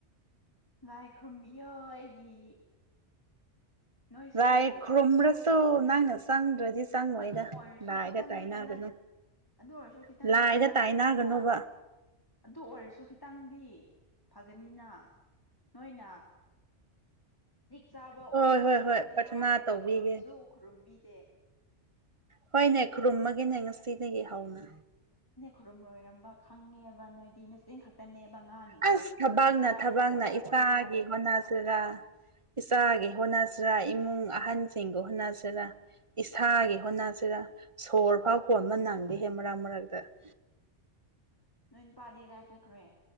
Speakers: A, on the left; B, on the right.
A: ꯂꯥꯏ ꯈꯨꯔꯨꯝꯕꯤꯌꯏ ꯑꯩꯒꯤ ꯅꯣꯏꯁꯨ
B: ꯂꯥꯏ ꯈꯨꯔꯨꯝꯕ꯭ꯔꯁꯨ ꯅꯪꯅ ꯆꯪꯗ꯭ꯔꯗꯤ ꯆꯪꯉꯣꯏꯗ
A: ꯑꯗꯨ ꯑꯣꯏꯔꯁꯨ
B: ꯂꯥꯏꯗ
A: ꯈꯤꯇꯪꯗꯤ
B: ꯇꯥꯏꯅꯒꯅꯨ
A: ꯀꯟꯅ ꯑꯗꯨ ꯑꯣꯏꯔꯁꯨ ꯈꯤꯇꯪꯗꯤ
B: ꯂꯥꯏꯗ
A: ꯀꯥꯟꯅꯒꯅꯤꯗꯅ
B: ꯇꯥꯏꯅꯒꯅꯣꯕ
A: ꯑꯗꯨ ꯑꯣꯏꯔꯁꯨ ꯈꯤꯇꯪꯗꯤ ꯐꯒꯅꯤꯅ ꯅꯣꯏꯅ ꯆꯥꯕ ꯑꯣꯏꯌꯣ
B: ꯍꯣꯏ
A: ꯑꯣꯏꯌꯣ
B: ꯍꯣꯏ ꯍꯣꯏ
A: ꯍꯥꯏꯗꯤ
B: ꯄ꯭ꯔꯊꯅꯥ
A: ꯍꯥꯏꯔꯒ
B: ꯇꯧꯕꯤꯒꯦ
A: ꯈꯨꯔꯨꯝꯁꯨ ꯈꯨꯔꯨꯝꯕꯤꯗꯦ
B: ꯍꯣꯏꯅꯦ ꯈꯨꯔꯨꯝꯃꯒꯤꯅꯦ ꯉꯁꯤꯗꯒꯤ ꯍꯧꯅ
A: ꯈꯨꯔꯨꯝ ꯂꯣꯏꯔꯝꯕ ꯈꯪꯉꯦꯕ ꯅꯣꯏꯗꯤ ꯅꯆꯤꯟ ꯈꯛ ꯇꯅꯦꯕ ꯉꯥꯡꯉꯤꯗꯣ
B: ꯑꯁ ꯊꯕꯛꯅ
A: ꯃꯇꯤꯛ ꯆꯥꯕꯗꯤ
B: ꯊꯕꯛꯅ
A: ꯑꯣꯏꯌꯣ
B: ꯏꯆꯥꯒꯤ
A: ꯑꯣꯏꯌꯣ ꯍꯥꯏꯔꯒ
B: ꯍꯣꯠꯅꯖꯤꯔꯥ ꯏꯆꯥꯒꯤ ꯍꯣꯠꯅꯁꯤꯔ ꯏꯃꯨꯡ ꯑꯍꯟꯁꯤꯡꯒ ꯍꯣꯠꯅꯁꯤꯔꯥ ꯏꯁꯥꯒꯤ ꯍꯣꯠꯅꯁꯤꯔ ꯁꯣꯔ ꯐꯥꯎ ꯍꯣꯟꯕ ꯅꯪꯗꯦꯍꯦ ꯃꯔꯛ ꯃꯔꯛꯇ <unintelligible>
A: ꯅꯣꯏ ꯅꯨꯄꯥꯗꯤ ꯀꯗꯥꯏ ꯆꯠꯈ꯭ꯔꯦ